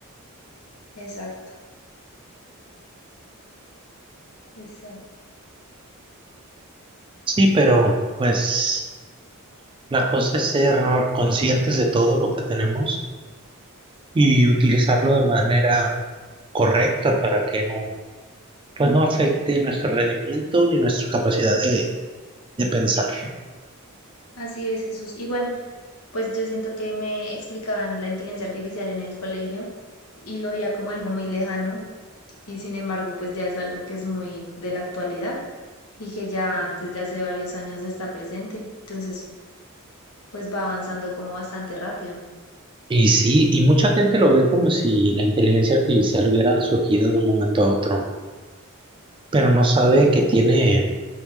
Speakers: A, on the left; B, on the right.
A: Exacto, exacto.
B: Sí, pero pues la cosa es ser conscientes de todo lo que tenemos y utilizarlo de manera correcta para que no pues no afecte nuestro rendimiento ni nuestra capacidad de, de pensar.
A: Así es, Jesús. Igual pues yo siento que me explicaban la inteligencia artificial en el colegio y lo veía como algo muy lejano y sin embargo pues ya es algo que es muy de la actualidad y que ya desde hace varios años está presente. Entonces... pues va avanzando como bastante rápido.
B: Y sí, y mucha gente lo ve como si la inteligencia artificial hubiera surgido de un momento a otro, pero no sabe que tiene